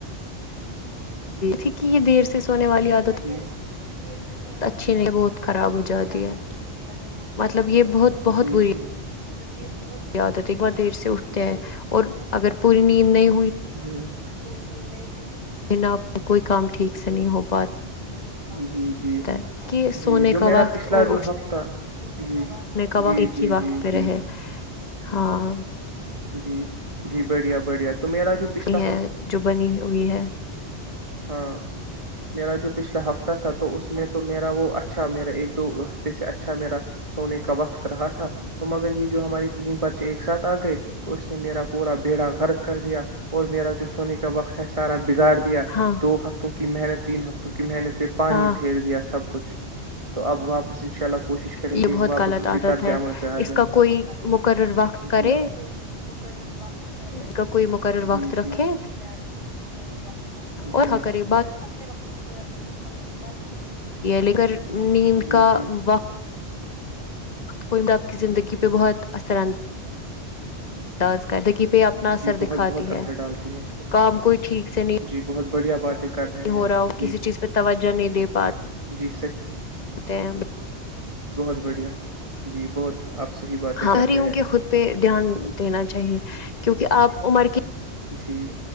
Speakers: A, on the left; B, on the right.
A: جیک یہ دیر سے سونے والی
B: تو
A: عادت
B: میں کہہ رہی تھی کہ یہ دیر سے سونے
A: اچھی
B: والی
A: نہیں
B: عادت
A: بہت
B: اچھی
A: خراب
B: نہیں
A: ہو
B: ہے
A: جاتی
B: اس سے آپ کی صحت ہے بت
A: مطلب
B: خراب
A: یہ
B: ہو جاتی
A: بہت بہت
B: جی
A: بری
B: جی مطلب یہ بہت بہت
A: عادت
B: بری
A: ہے دیر
B: عدت
A: سے
B: ہے
A: اٹھتے
B: کیونکہ آپ
A: ہیں
B: دیر سے
A: اور
B: سوتے ہیں پھرب
A: اگر پوری
B: دیر
A: نیند
B: سے اٹھ
A: نہیں
B: ج ہے اگر پوری نیند نہیں
A: لن آپ کوئی کام ٹھیک سے نہیں ہو پاتا
B: جی جی
A: ہے کہ سونے
B: جی جو
A: کا
B: میرا
A: وقت
B: پچھلا
A: اور
B: جو
A: اٹھ
B: ہفتہ جی
A: نے کا
B: جی
A: وقت ایک
B: جی
A: ہی وقت
B: جی
A: پہ رہے
B: جی
A: ہاں
B: جی جی بڑھیا بڑھیا پچھلا
A: ہے جو بنی ہوئی ہے
B: ہاں میرا جو پچھلا ہفتہ تھا تو اس میں تو میرا وہ اچھا میرا ایک دو ہفتے سے اچھا میرا سونے کا وقت رہا تھا تو مگر یہ جو ہمارے تین بچے ایک ساتھ آ گئے تو اس نے میرا پورا بیڑا غر کر دیا اور میرا جو سونے کا وقت ہے سارا بگاڑیا یا
A: ہاں
B: دو ہفتوں کی محنت تین ہفت کی محنت پہ پانی
A: ہاں
B: پھیر دیا سب کچھ تو اب واپس ان شاء اللہ کوشش کریں
A: یہ
B: گ
A: بہت
B: واپس
A: غلط
B: اسی
A: عادت
B: طرز
A: ہے
B: عمل پہ آ
A: اس
B: جائے
A: کا کوئی
B: بہت غط
A: مقرر
B: عادت ہے
A: وقت کرے
B: جی کو مقرر وقتے
A: اس کا کوئی مقرر وقت
B: جی
A: رکھے
B: جی تاری کا مقرر وقت
A: اور
B: جی
A: ہاں کرے
B: اور اپنے وقت س کر اٹا کری بات
A: ل کر نیند
B: مجھے
A: کا وقت کوئی آپ کی زندگی پہ بہت اثر انداز کر زندگی پہ اپنا
B: جی
A: اثر
B: بہت
A: دکھاتی
B: بہت اثر
A: ہے
B: ڈالتی ہے
A: کام کوئی ٹھیک سے نہیں
B: جی بہت بڑھیا بات ہے کر رہے
A: ہو
B: ہیں
A: رہا ہو کسی چیز پہ توجہ نہیں دے پاتے
B: جی
A: ہیں
B: ت بڑھیا جی بہت آپ صحیح باتیں
A: ہاں شہریوں
B: کر رہے ہیں
A: کے خود پہ دھیان دینا چاہیے کیونکہ آپ عمر کی
B: جی